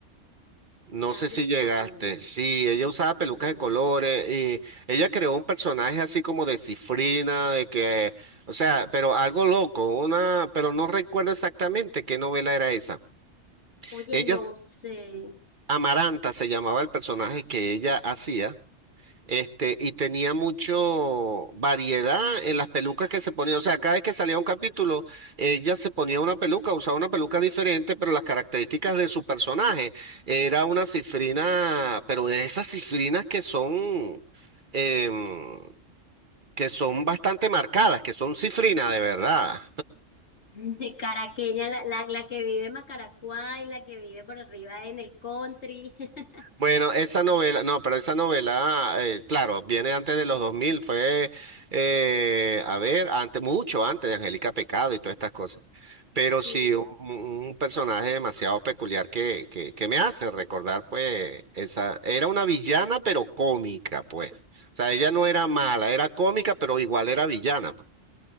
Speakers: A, on the right (about 45°); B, on the left (about 60°).
A: No
B: Gaby
A: sé si
B: España.
A: llegaste. Sí, ella usaba
B: No.
A: pelucas de colores y ella creó un personaje así como de cifrina, de que, o sea, pero algo loco, una, pero no recuerdo exactamente qué novela era esa.
B: Oye,
A: Ella
B: no sé.
A: Amaranta se llamaba el personaje que ella hacía, este, y tenía mucho variedad en las pelucas que se ponía. O sea, cada vez que salía un capítulo, ella se ponía una peluca, usaba una peluca diferente, pero las características de su personaje era una cifrina, pero de esas cifrinas que son, em, que son bastante marcadas, que son cifrinas de verdad.
B: De Caraqueña, la, la, la que vive en Macaracuay, la que vive por arriba en el country. <laughs>
A: Bueno, esa novela, no, pero esa novela, eh, claro, viene antes de los 2000, fue, eh, a ver, antes, mucho antes de Angélica Pecado y todas estas cosas. Pero
B: Sí.
A: sí, un, un personaje demasiado peculiar que, que, que me hace recordar, pues, esa, era una villana, pero cómica, pues. O sea, ella no era mala, era cómica, pero igual era villana, pues.